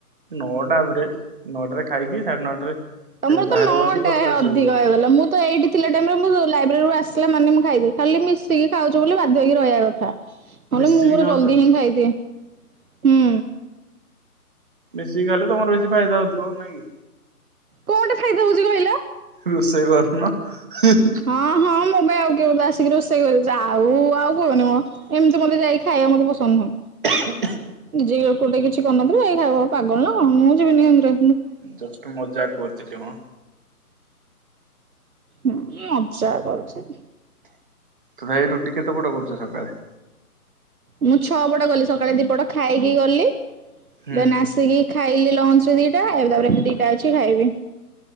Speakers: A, on the right; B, on the right.
A: ନଅଟା ଆଭରେଜ ନଅଟାରେ ଖାଇକି ସାଢେ ନଅଟାରେ।
B: ତମର
A: ବାହାରେ
B: ତ ନଅଟା
A: ବସୁ ଦଶଟାରେ
B: ଅଧିକ
A: ଶୋଇପଡୁ
B: ହେଇଗଲା ମୁଁ ତ ଏଇଠି। ଥିଲା ଟାଇମ ରେ ମୁଁ ଲାଇବ୍ରେରୀରୁ ଆସିଲା ମାନେ ମୁଁ ଖାଇଦିଏ ଖାଲି ମିଶିକି ଖାଉଛୁ ବୋଲି ବାଧ୍ୟ ହେଇକି ରହିବା କଥା। ନହେଲେ
A: ମିଶିକି
B: ମୁଁ ମୋର
A: ଖାଉଛୁ
B: ଜଲଦି
A: ଆଉ।
B: ହିଁ ଖାଇଦିଏ ହୁଁ।
A: ମିଶିକି ଖାଇଲେ ତମର ବେଶୀ ଫାଇଦା ହଉଥିବ ନାଇଁ କି।
B: କୋଉଠି ଫାଇଦା ହଉଛି କହିଲ।
A: ରୋଷେଇ କରୁନ ହୁଁ।
B: ହଁ ହଁ ମୋ ପାଇଁ ଆଉ କିଏ ଗୋଟେ ଆସିକି ରୋଷେଇ। ସେଇ ଯାଉ ଆଉ କୁହନି ମଁ ଏମିତି ମତେ ଯାଇ ଖାଇବାକୁ ମତେ ପସନ୍ଦ ନୁହଁ।
A: <unintelligible>
B: ନିଜେ କୋଟା କିଛି କରିନଥିବ ଯାଇ ଖାଇବ ପାଗଳ ନା କଣ ମୁଁ ଯିବିନି ସେନୀତିରେ।
A: ଜଷ୍ଟ ମଜାକ କରୁଥିଲି ମଁ।
B: ହୁଁ ମଜ୍ଜା କରୁଛି।
A: ତଥାପି ରୁଟି କେତେ ପଟ କରୁଛ ସକାଳେ।
B: ମୁଁ ଛଅ ପଟ କଲି ସକାଳେ ଦିପଟ ଖାଇକି ଗଲି
A: ହୁଁ।
B: ଦେନ ଆସିକି ଖାଇଲି ଲଞ୍ଚ ରେ ଦିଟା ଏବେ ତାପରେ ଏ ଦିଟା ଅଛି ଖାଇବି।